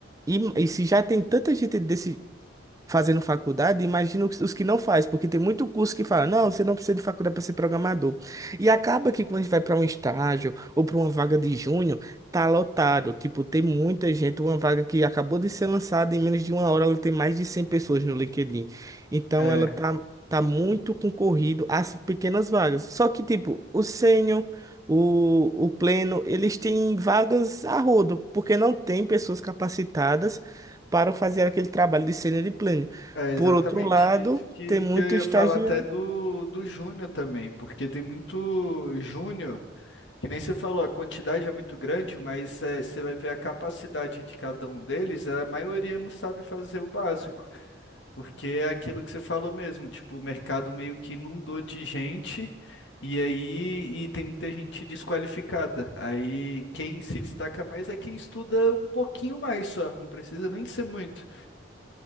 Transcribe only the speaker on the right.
E, e se já tem tanta gente desse, fazendo faculdade, imagino os os que não faz, porque tem muito curso que fala, não, você não precisa de faculdade para ser programador. E acaba que quando a gente vai para um estágio ou para uma vaga de júnior, tá lotado, tipo, tem muita gente, uma vaga que acabou de ser lançada em menos de uma hora, ela tem mais de 100 pessoas no LinkedIn. Então
ela tá tá muito concorrido às pequenas vagas. Só que tipo, o sênior O, o pleno, eles têm vagas a rodo, porque não tem pessoas capacitadas para fazer aquele trabalho de cena de plano.
Por outro lado,
tem muito
estagiário.